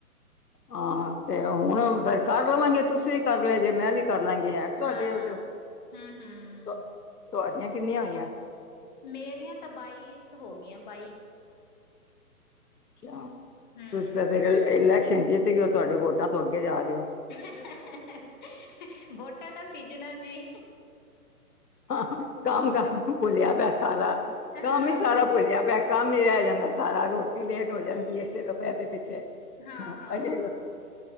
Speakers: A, on the left; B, on the left.
A: ਹਾਂ ਤੇ ਹੁਣ ਫੇਰ ਕਰ ਲਵਾਂਗੇ, ਤੁਸੀਂ ਵੀ ਕਰ ਲੈ ਜੇ, ਮੈਂ ਵੀ ਕਰ ਲਾਂਗੀ। ਤੁਹਾਡੇ
B: ਹਾਂ-ਹਾਂ,
A: ਚ
B: ਹੂੰ-ਹੂੰ,
A: <unintelligible> ਤੁਹਾਡੀਆਂ ਕਿੰਨੀਆਂ ਹੋਈਆਂ।
B: ਮੇਰੀਆਂ ਤਾਂ ਬਾਈਸ ਹੋ ਗਈਆਂ, ਬਾਈ।
A: ਅੱਛਾ,
B: ਹੂੰ,
A: ਤੁਸੀਂ ਤਾਂ ਫਿਰ ਇਲੈਕਸ਼ਨ ਜਿੱਤ ਗਏ ਹੋ, ਉਹ ਤੁਹਾਡੇ ਵੋਟਾਂ ਤੋਂ ਅੱਗੇ ਜਾ ਰਹੇ ਆ।
B: <unintelligible> ਵੋਟਾਂ ਦਾ ਸੀਜਨ ਆ ਜੀ।
A: ਕੰਮ- ਕਾਰ ਭੁੱਲਿਆ ਪਿਆ ਸਾਰਾ,
B: ਹਾਂ,
A: ਕੰਮ ਹੀ ਸਾਰਾ ਭੁੱਲਿਆ ਪਿਆ। ਕੰਮ ਹੀ ਰਹਿ ਜਾਂਦਾ ਸਾਰਾ, ਰੋਟੀ ਲੇਟ ਹੋ ਜਾਂਦੀ ਸਿਰਫ ਇਹਦੇ ਪਿੱਛੇ।
B: ਹਾਂ
A: ਅ
B: -ਹਾਂ